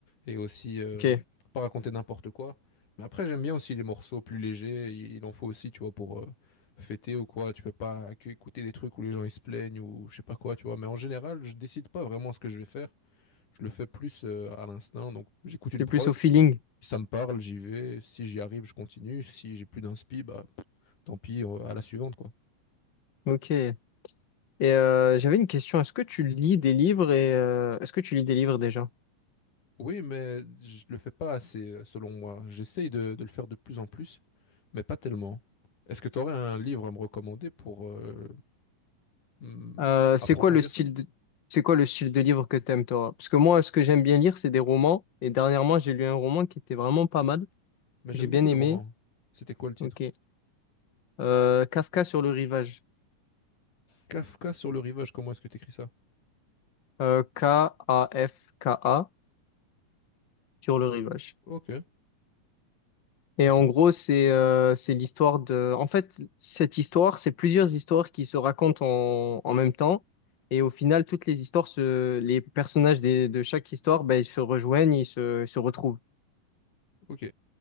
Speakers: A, on the left; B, on the left.
A: et aussi euh,
B: Ok,
A: pas raconter n'importe quoi. Mais après, j'aime bien aussi les morceaux plus légers. Il, il en faut aussi, tu vois, pour euh, fêter ou quoi. Tu peux pas que écouter des trucs où les gens ils se plaignent ou je sais pas quoi, tu vois. Mais en général, je décide pas vraiment ce que je vais faire. Je le fais plus euh, à l'instinct. Donc, j'écoute une
B: c'est
A: prod.
B: plus au feeling.
A: Si ça me parle, j'y vais. Si j'y arrive, je continue. Si j'ai plus d'inspi, bah, tant pis, euh, à la suivante, quoi.
B: Ok. Et euh, j'avais une question. Est-ce que tu lis des livres et euh, est-ce que tu lis des livres déjà?
A: Oui, mais je le fais pas assez, euh, selon moi. J'essaye de, de le faire de plus en plus, mais pas tellement. Est-ce que tu aurais un livre à me recommander pour euh, hmm,
B: Euh, c'est
A: approfondir
B: quoi le style
A: ça?
B: de c'est quoi le style de livre que t'aimes toi? Parce que moi, ce que j'aime bien lire, c'est des romans. Et dernièrement, j'ai lu un roman qui était vraiment pas mal,
A: Mais
B: que
A: j'aime
B: j'ai bien
A: beaucoup les
B: aimé.
A: romans. C'était quoi le titre?
B: Ok. Euh, Kafka sur le rivage.
A: Kafka sur le rivage, comment est-ce que tu écris ça?
B: Euh, K-A-F-K-A sur le rivage.
A: Ok.
B: Et
A: Et
B: en
A: ça...
B: gros, c'est euh, c'est l'histoire de... En fait, cette histoire, c'est plusieurs histoires qui se racontent en, en même temps. Et au final, toutes les histoires, se... les personnages des- de chaque histoire, ben, ils se rejoignent, ils se, se retrouvent.
A: Ok.